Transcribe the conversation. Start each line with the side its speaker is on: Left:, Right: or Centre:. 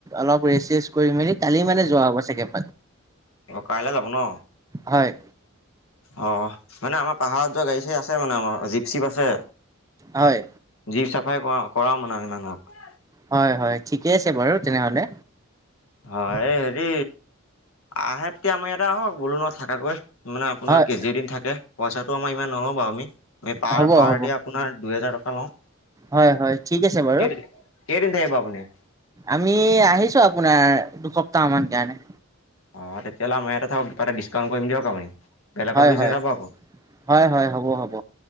Right: অলপ ৰেষ্ট চেচ কৰি মেলি কালি মানে যোৱা হ'ব চাগে।
Left: অ কাইলে যাব ন?
Right: হয়
Left: অ মানে আমাৰ পাহাৰত যোৱা গাড়ী চাৰি আছে মানে, আমাৰ জীপ চিপ আছে।
Right: হয়।
Left: জীপ চাফাৰি কৰা কৰাও মানে আমি মানুহক।
Right: হয় হয় ঠিকে আছে বাৰু তেনেহলে।
Left: হয় হেৰি আহে তে আমাৰ ইয়াতে আহক বোলো নহ থাকাকৈ। <unintelligible> মানে আপোনাৰ
Right: হয়
Left: কেজি দিন থাকে পইচাটো আমাৰ ইমান নলওঁ বাৰু আমি। প
Right: হ'ব
Left: পাৰ
Right: হ'ব
Left: আপোনাৰ দুহেজাৰ টকা লওঁ। <unintelligible>
Right: হয় হয় ঠিক আছে বাৰু।
Left: কেই <unintelligible>
Right: আমি আহিছো আপোনাৰ, দুসপ্তাহ মান কাৰণে।
Left: অ', তেতিয়াহলে আমাৰ ইয়াতে থাকক কিবা এটা ডিছকাউণ্ট কৰিম দিয়ক আমি। বেলেগত
Right: হয়
Left: গুচি
Right: হয়
Left: নাযাব আকৌ,
Right: হয় হয় হ'ব হ'ব